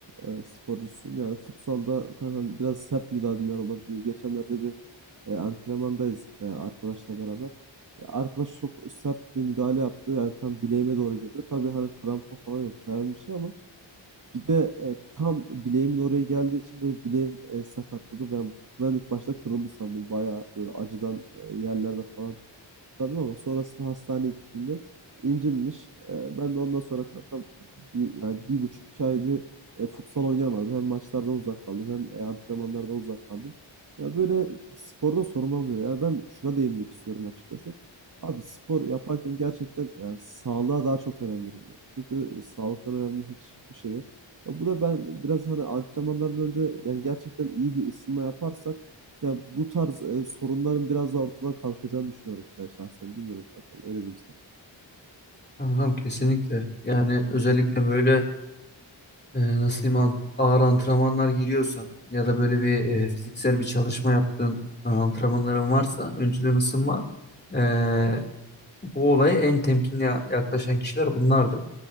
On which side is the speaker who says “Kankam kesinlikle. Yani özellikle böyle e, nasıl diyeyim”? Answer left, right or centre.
Left